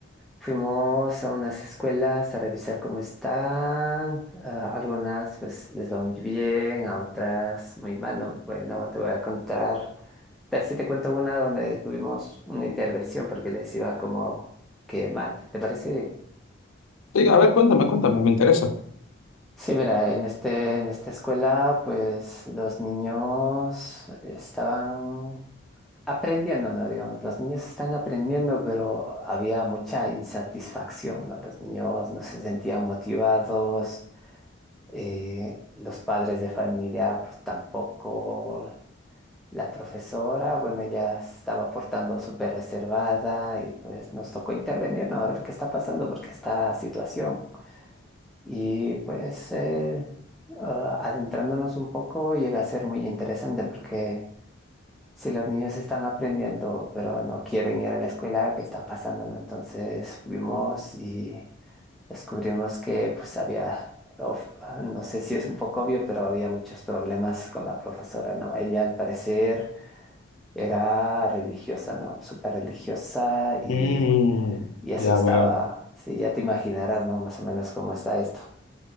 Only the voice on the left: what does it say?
Sí, a ver, cuéntame, cuéntame, me interesa.
Mm,
ya
veo.